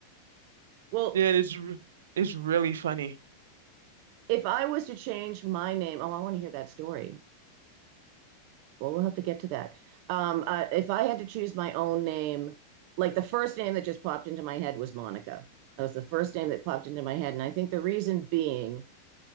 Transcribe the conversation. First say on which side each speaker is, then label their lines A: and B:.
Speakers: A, on the right; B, on the right.
A: Well,
B: yeah and it's re- it's really funny
A: if I was to change my name, oh, I want to hear that story. well, we'll have to get to that. Um, uh, if I had to choose my own name, like the first name that just popped into my head was Monica. That was the first name that popped into my head. And I think the reason being